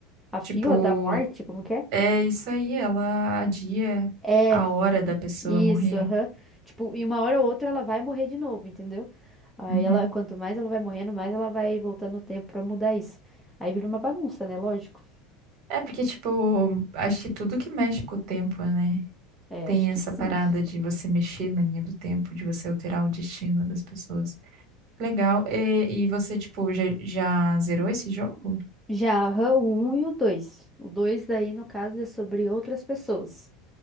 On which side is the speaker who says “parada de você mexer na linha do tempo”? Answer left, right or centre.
Right